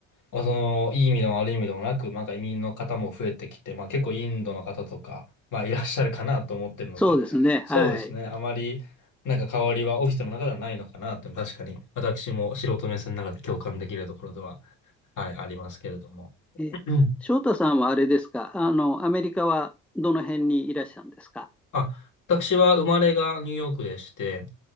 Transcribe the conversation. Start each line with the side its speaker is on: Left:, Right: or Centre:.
Left: まあその、いい意味でも悪い意味でもなく、なんか移民の方も増えてきて、まあ結構インドの方とか、まあいらっしゃるかなと思ってるので、
Centre: そうですね、
Left: そうですね。
Centre: はい。
Left: あまり、なんか変わりはオフィスの中ではないのかなっていうのは確かに、私も素人目線の中で共感できるところでは、はい、ありますけれども。
Centre: えー翔太さんはあれですか、
Left: うん
Centre: あの、アメリカはどの辺にいらっしゃるんですか。
Left: あ、私は生まれがニューヨークでして、